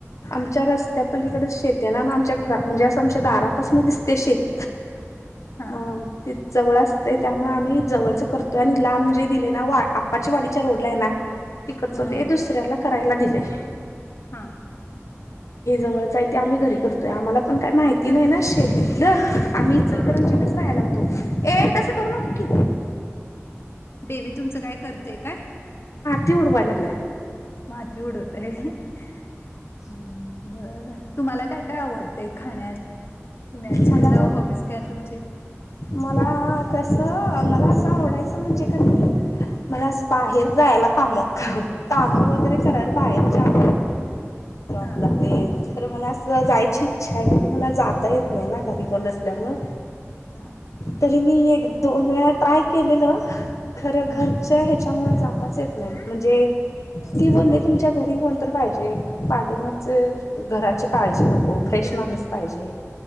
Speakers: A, on the left; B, on the left.
A: आमच्या रस्त्यापलीकड शेत आहे ना आमच्या घरा म्हणजे अस आमच्या दारापासून दिसते शेत
B: हा
A: म ति जवळ असते त्यामुळे आम्ही जवळच करतोय आणि लांब दि ना आप वाडीच्या रोडलाय ना तिकडच
B: हा
A: दे दुसऱ्याला करायला दिलेय
B: हा
A: हे जवळच आहे ते आम्ही घरी करतोय आम्हाला पण काही माहिती
B: तुम्ही करताय
A: नाही ना शेतीतलं आम्ही इचलकरंजीच
B: हा
A: राहायला होतो. ए तसं करू नको की.
B: बेबी तुमचं काय करतेय काय?
A: माती उडवायला लागले.
B: माती उडवतो हाह हम्म बरं तुम्हाला काय काय आवडतंय खाण्यात? बी नाही छंद,
A: मला
B: हॉबीज काय तुमचे?
A: मला कसं मला असं आवडायचं म्हणजे कनी मला असं बाहेर जायला काम, काम वगैरे करायला बाहेर आव
B: हा
A: लातेर तर मला असं जायची इच्छा आहे तर मला जाता येत नाही ना घरी कोण नसल्यामळ
B: हा
A: तरी मी एक दोन वेळा ट्राय केलेलं खरं
B: हम्म
A: घरच्या ह्याच्या मुळ जाताच येत नाही म्हणजे ती बोलली तुमच्या घरी कोण तर पाहिजे पाठीमाग घराची काळजी नको फ्रेश माणूस पाहिजे